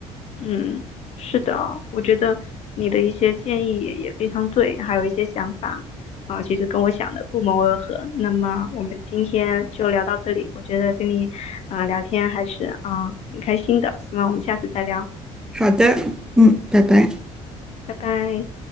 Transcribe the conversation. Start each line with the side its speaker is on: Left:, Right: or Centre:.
Left: 嗯，是的哦，我觉得你的一些建议也也非常对，还有一些想法啊，其实跟我想的不谋而合。那么我们今天就聊到这里，我觉得跟你啊聊天还是啊很开心的，希望我们下次再聊，
Centre: 好的，嗯，拜拜。
Left: 拜拜。